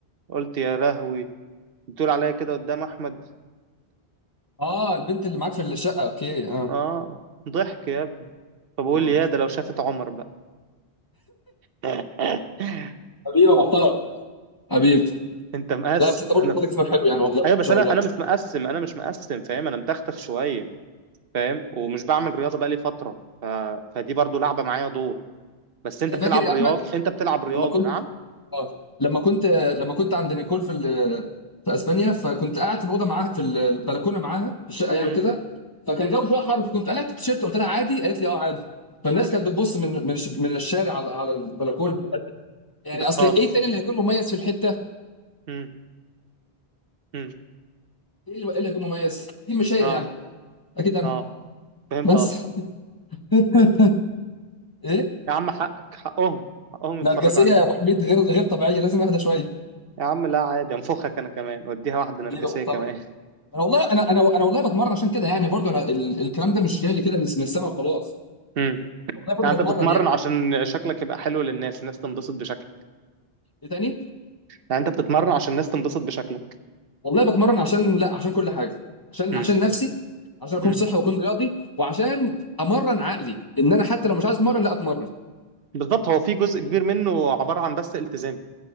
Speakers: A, on the right (about 65°); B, on the left (about 25°).
A: قلت يا رهوي بتقول عليا كده قدام أحمد
B: اه البنت اللي معاك في الشقه اوكي اه
A: آه ضحك يا ابني فبقول
B: آه.
A: لي يا ده لو شافت عمر بقى <laughs>
B: حبيبي يا محترم حبيبي
A: انت مقسم
B: لا بس انت برضه
A: انا
B: بتقول اسمك حلو يعني والله
A: ايوه
B: ان
A: بس
B: شاء
A: انا
B: الله
A: انا مش مقسم انا مش مقسم فاهم انا متختخ شويه فاهم ومش بعمل رياضه بقالي فتره ف... فدي برضو لعبه معايا دور بس انت
B: انا
A: بتلعب
B: فاكر يا
A: رياض
B: احمد
A: انت بتلعب رياضه
B: لما كنت
A: نعم
B: اه لما كنت آه، لما كنت عند نيكول في ال... في اسبانيا فكنت قاعد في الاوضه معاها في البلكونه معاها في الشقه يعني
A: مم.
B: كده فكان الجو شويه حر فكنت قلعت التيشيرت قلت لها عادي قالت لي اه عادي فالناس كانت بتبص من من الش- من الشارع على على البلكونه يعني
A: بتهزر
B: اصل ايه تاني اللي هيكون مميز في الحته
A: مم. مم.
B: ايه اللي إيه اللي هيكون مميز اكيد مش هي
A: اه
B: يعني اكيد انا
A: اه فهمت
B: بس
A: قصدك
B: <laughs> ايه
A: يا عم حقك حقهم حقهم يتفرجوا
B: نرجسيه
A: عليك
B: يا ابو حميد غير غير طبيعيه لازم اهدى شويه
A: يا عم لا عادي انفخك انا كمان وديها واحده نرجسيه
B: بيبقى محترم
A: كمان
B: انا والله انا انا انا والله بتمرن عشان كده يعني برضو انا ال- الكلام ده مش جاي لي كده من من السما وخلاص
A: مم.
B: والله برضو
A: يعني
B: بتمرن
A: انت بتتمرن
B: يعني
A: عشان شكلك يبقى حلو للناس الناس تنبسط بشكلك
B: ايه تاني
A: يعني انت بتتمرن عشان الناس تنبسط بشكلك
B: والله بتمرن عشان لا عشان كل حاجه عشان
A: مم.
B: عشان نفسي عشان اكون
A: مم.
B: صحي واكون رياضي وعشان امرن عقلي ان انا حتى لو مش عايز اتمرن لا اتمرن
A: بالظبط هو في جزء كبير منه عباره عن بس التزام